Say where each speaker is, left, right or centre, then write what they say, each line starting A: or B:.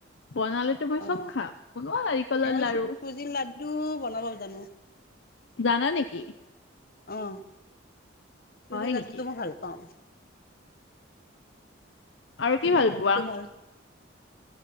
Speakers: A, on the left (about 65°); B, on the left (about 45°).
A: বনালেতো মই
B: অ
A: চব খাম বনোৱা নাৰিকলৰ
B: মই
A: লাৰু
B: চু চুজিৰ লাডু বনাব জানো।
A: জানা নেকি
B: অ।
A: হয়
B: যদি লডুটো
A: নেকি
B: মই ভাল পাওঁ।
A: আৰু
B: চুজি
A: কি ভাল
B: লাড্ডুটো
A: পোৱা।
B: ভাল